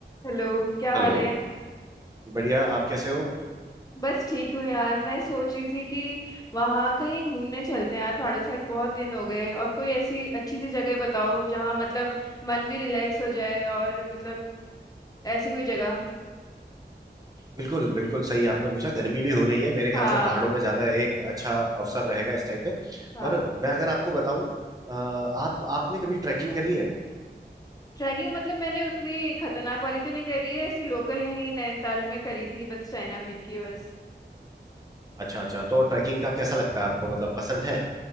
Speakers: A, on the left; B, on the right.
A: Hello क्या हाल
B: Hello
A: है
B: बढ़िया आप कैसे हो
A: बस ठीक हूँ यार मैं सोच रही थी कि वहाँ कहीं घूमने चलते हैं यार पहाड़ों के साइड बहुत दिन हो गए और कोई ऐसी अच्छी सी जगह बताओ जहाँ मतलब मन भी रिलैक्स हो जाए और मतलब ऐसी कोई जगह
B: बिल्कुल बिल्कुल सही आपने पूछा गर्मी भी हो रही है मेरे ख्याल
A: हाँ
B: से पहाड़ों में जाना एक अच्छा अवसर रहेगा इस टाइम पे
A: हाँ
B: और मैं अगर आपको बताऊं अ, आप आपने कभी ट्रैकिंग करी है
A: ट्रैकिंग मतलब मैंने उतनी खतरनाक वाली तो नहीं करी है ऐसी लोकल यहीं नैनीताल में करी थी बस चाइना पीक की बस
B: अच्छा अच्छा तो ट्रैकिंग का कैसा लगता है आपको मतलब पसंद है